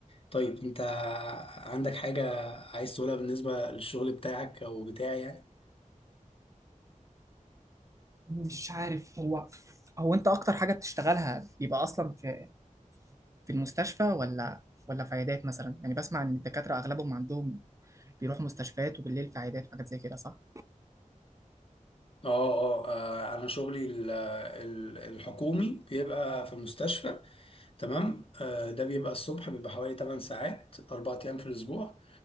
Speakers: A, on the left; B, on the right.
A: طيب أنت عندك حاجة عايز تقولها بالنسبة للشغل بتاعك أو بتاعي يعني؟
B: مش عارف هو هو انت اكتر حاجة بتشتغلها بيبقى اصلا في في المستشفى ولا ولا في عيادات مثلا يعني بسمع ان الدكاترة اغلبهم عندهم بيروحوا مستشفيات وبالليل في عيادات وحاجات زي كده صح
A: اه اه آه، انا شغلي ال- ال- الحكومي بيبقى في مستشفى تمام آه، ده بيبقى الصبح بيبقى حوالي 8 ساعات 4 ايام في الاسبوع